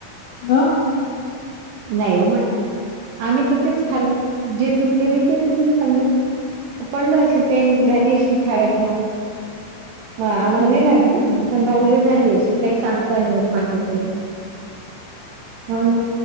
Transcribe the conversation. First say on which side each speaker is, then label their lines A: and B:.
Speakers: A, on the left; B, on the right.
A: ब <unintelligible>
B: नाही हो माय आम्ही तर तेच खाल्ली जे तुम्ही दिली तेच मी खाल्ली पलो असशल <unintelligible> ते झाली अशील खारट मग म
A: हम्म.
B: आम्हाला नाही लागले पण भाऊलं झाली अशेल काही सांग ता नाही येत माझ्या तेने हो ना